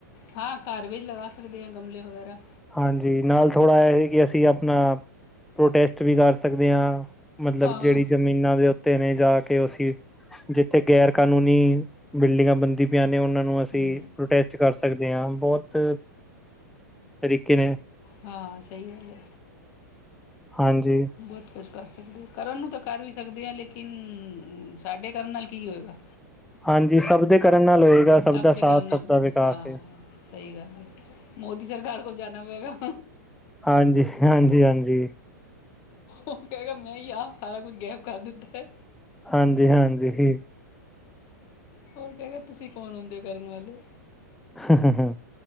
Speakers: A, on the left; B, in the centre.
A: ਹਾਂ ਕਾਰ ਵੀ ਲਗਾ ਸਕਦੇ ਆ ਗਮਲੇ ਵਗੈਰਾ।
B: ਹਾਂਜੀ ਨਾਲ ਥੋੜ੍ਹਾ ਐ ਕਿ ਅਸੀਂ ਆਪਣਾ ਪ੍ਰੋਟੈਸਟ ਵੀ ਕਰ ਸਕਦੇ ਆ। ਮਤਲਬ
A: ਹਾਂ
B: ਜੇੜੀ ਜ਼ਮੀਨਾਂ ਦੇ ਉੱ ਤੇ ਨੇ ਜਾ ਕੇ ਅਸੀਂ ਜਿੱਥੇ ਗੈਰ ਕਾਨੂੰਨੀ ਬਿਲਡਿੰਗਾਂ ਬਣਦੀ ਪਿਆ ਨੇ ਓਨਾਂ ਨੂੰ ਅਸੀਂ
A: ਹੂੰ
B: ਪ੍ਰੋਟੈਸਟ ਕਰ ਸਕਦੇ ਆ ਬੋਤ ਤਰੀਕੇ ਨੇ।
A: ਹਾਂ ਸਈ ਗੱਲ ਏ।
B: ਹਾਂਜੀ।
A: ਬੋਤ ਕੁਛ ਕਰ ਸਕਦੇ ਕਰਨ ਨੂੰ ਤਾਂ ਕਰ ਵੀ ਸਕਦੇ ਆ ਲੇਕਿਨ ਸਾਡੇ ਕਰਨ ਨਾਲ ਕੀ ਹੋਏਗਾ
B: ਹਾਂਜੀ ਸਭ ਦੇ ਕਰਨ ਨਾਲ ਹੋਏਗਾ
A: ਸਭ
B: ਦਾ
A: ਦੇ ਕਰਨ
B: ਸਾਥ
A: ਨਾਲ
B: ਸਭ ਦਾ ਵਿਕਾਸ
A: ਹਾਂ
B: ਹੈ
A: ਸਈ ਗੱਲ ਏ ਮੋਦੀ ਸਰਕਾਰ ਕੋਲ ਜਾਣਾ ਪਏਗਾ।
B: ਹਾਂਜੀ-ਹਾਂਜੀ-ਹਾਂਜੀ।
A: ਓ ਕਏਗਾ ਮੈਂ ਈ ਆ ਸਾਰਾ ਕੁੱਛ ਗੈਬ ਕਰ ਦਿੱਤਾ।
B: ਹਾਂਜੀ-ਹਾਂਜੀ।
A: ਹੋਰ ਕਹੇਗਾ ਤੁਸੀਂ ਕੌਣ ਹੁੰਦੇ ਓ ਕਰਨ ਵਾਲੇ।
B: ਹਾਂਜੀ